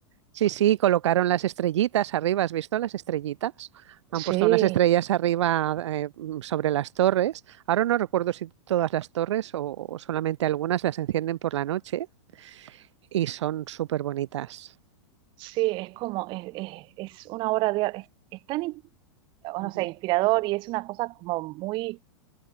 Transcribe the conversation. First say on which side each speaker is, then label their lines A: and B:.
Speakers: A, on the right; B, on the right.
A: sí, sí, colocaron las estrellitas arriba. ¿Has visto las estrellitas? Han puesto
B: Sí,
A: unas estrellas arriba eh, mm, sobre las torres. Ahora no recuerdo si todas las torres o, o solamente algunas las encienden por la noche y son súper bonitas.
B: sí, es como, es, es- es una obra de arte, es, es tan, in- o
A: Ujú.
B: no sé, inspirador y es una cosa como muy